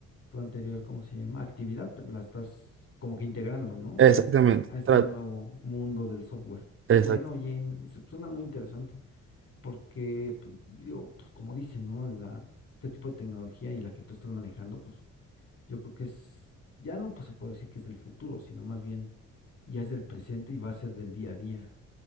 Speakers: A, on the left; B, on the right.
A: tu anterior, ¿cómo se llama? Actividad, pero la estás como que integrando, ¿no?
B: Exactamente,
A: A este, a este
B: tra-
A: nuevo mundo del software. Qué
B: exact-
A: bueno, oye, me- su- suena muy interesante, porque, pues, digo, pues como dice, ¿no? La, este tipo de tecnología y la que tú estás manejando, pues yo creo que es, ya no pues se puede decir que es del futuro, sino más bien ya es del presente y va a ser del día a día.